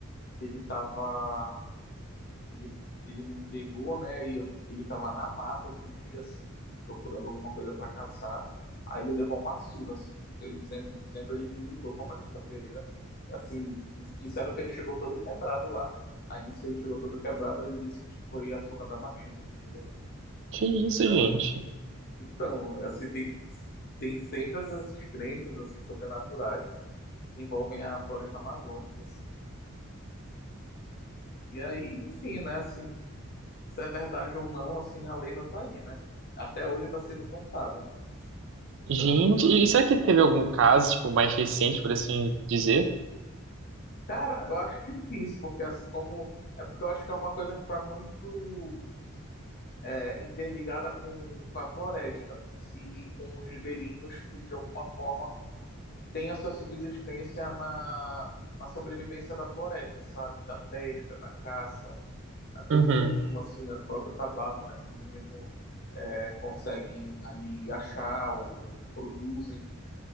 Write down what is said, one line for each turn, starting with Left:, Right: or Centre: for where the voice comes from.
Left: ele estava ele, ele não entregou, né? E eu- ele tava na mata outro dia, assim, procurando alguma coisa para caçar. Aí ele levou uma surra, assim, que- ele dizendo, dizendo ele que lutou com a Matilda Pereira. Assim, disseram que ele chegou todo quebrado lá. Aí, nisso que ele chegou todo quebrado, ele disse que foi a surra da Matilda que ele levou.
Right: Que
Left: Então,
Right: isso, gente?
Left: então, assim, tem, tem sempre essas crenças, assim, sobrenaturais que envolvem a floresta amazônica, assim. E aí, enfim, né, assim, se é verdade ou não, assim, a lenda tá aí, né? Até hoje tá sendo contada. Então,
Right: Gente, e será que teve algum caso, tipo, mais recente, por assim dizer?
Left: cara, eu acho difícil, porque assim como. É porque eu acho que é uma coisa que tá muito é, interligada com, com a floresta em si, com os ribeirinhos que, de alguma forma, têm a sua subsistência na, na sobrevivência da floresta, sabe? Da pesca, da caça, a- do
Right: Uhum.
Left: fumo, assim, o próprio tabaco, né? Que eles mesmo é, conseguem ali achar ou ou produzem.